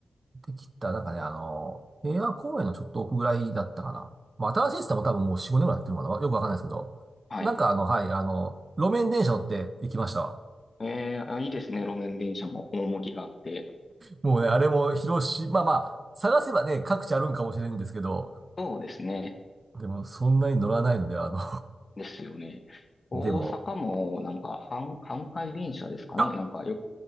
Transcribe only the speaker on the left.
はい。
えーあいいですね。路面電車も趣があって。
そうですね。
ですよね。大阪もなんか、
阪、阪堺電車ですかね。
なんかよ、